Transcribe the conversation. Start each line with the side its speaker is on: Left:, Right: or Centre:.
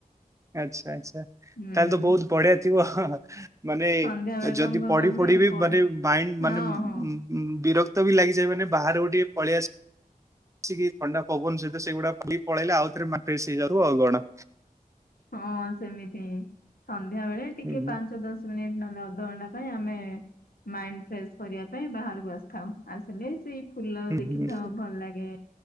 Right: ଆଚ୍ଛା ଆଚ୍ଛା
Left: ହୁଁ
Right: ତାହେଲେ ତ ବହୁତ ବଢିଆ ଥିବ ମାନେ
Left: ସନ୍ଧ୍ୟା ବେଳେ
Right: ଯଦି
Left: କଣ କରୁ
Right: ପଢି
Left: ଆମେ
Right: ପଢିିବେ?
Left: ପ
Right: ମାନେ ମାଇଣ୍ଡ
Left: ହଁ
Right: ମାନେ
Left: ହଁ
Right: ବିରକ୍ତ ବି ଲାଗିଯଏ ମାନେ ବାହାରକୁ ଟିକେ ପଳେଇ ଆସେ ବସିକି ଥଣ୍ଡା ପବନ ସହିତ ସେଗୁଡା ପଳେଇଲେ ଆଉଥରେ ଫ୍ରେଶ ହେଇଯାଉ ଆଉ କଣ।
Left: ହଁ ସେମିତି ସନ୍ଧ୍ୟା ବେଳେ ଟିକେ
Right: ହୁଁ ହୁଁ
Left: ପାଞ୍ଚ ଦଶ ମିନିଟ ନହେଲେ ଅଧଘଣ୍ଟା ପାଇଁ ଆମେ ମାଇଣ୍ଡ ଫ୍ରେଶ କରିବା ପାଇଁ ବାହାରକୁ ଆସିଥାଉ, ଆସିଲେ ସେଇ ଫୁଲ ଦେଖିଥାଉ
Right: ହୁଁ ହୁଁ
Left: ଭଲ ଲାଗେ